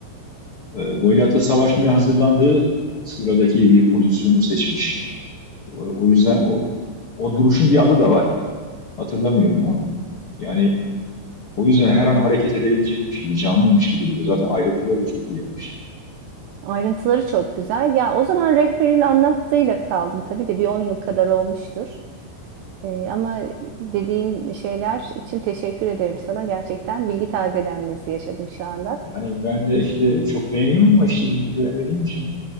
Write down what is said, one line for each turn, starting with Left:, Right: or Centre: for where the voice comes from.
Left: e, Golyat'la savaşmaya hazırlandığı sıradaki bir pozisyonu seçmiş. O, o yüzden
Right: Hmm.
Left: o, o duruşun bir adı da var. Hatırlamıyorum ama yani o yüzden her an hareket edebilecekmiş gibi, canlıymış gibi duruyor. Zaten ayrıntıları da çok iyi yapmış.
Right: Ayrıntıları çok güzel. Ya o zaman rehberin anlattığıyla kaldım. Tabii de bir 10 yıl kadar olmuştur. E, ama dediğin şeyler için teşekkür ederim sana. Gerçekten bilgi tazelenmesi yaşadım şu anda.
Left: Yani ben de işte çok beğeniyorum ama işte gidip göremediğim için